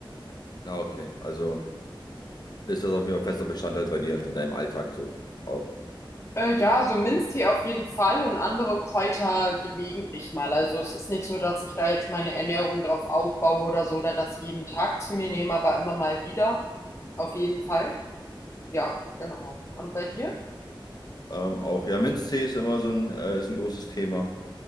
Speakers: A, on the left; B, on the left.
A: Ja, okay. Also ist das auf jeden Fall fester Bestandteil bei dir in deinem Alltag so auch.
B: Äh, ja, so Minztee auf jeden Fall und andere Kräuter gelegentlich mal. Also es ist nicht so, dass ich da jetzt meine Ernährung drauf aufbaue oder so oder das jeden Tag zu mir nehme, aber immer mal wieder. Auf jeden Fall. Ja, genau. Und bei dir?
A: Ähm, auch ja, Minztee ist immer so ein, äh, ist ein großes Thema.